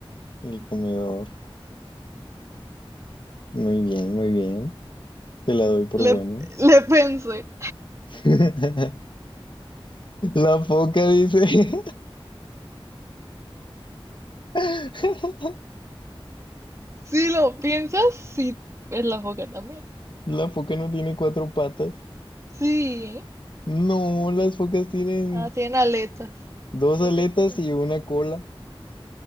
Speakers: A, on the left (about 55°); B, on the right (about 30°).
A: El comedor. Muy bien, muy bien. Te la doy por
B: Le,
A: buena.
B: le pensé.
A: <laughs> La foca dice, <laughs>
B: Si lo piensas, sí, es la foca también.
A: la foca no tiene cuatro patas.
B: Sí.
A: No, las focas tienen
B: Ah, tiene aletas.
A: dos
B: ¿O
A: aletas
B: qué tiene?
A: y una cola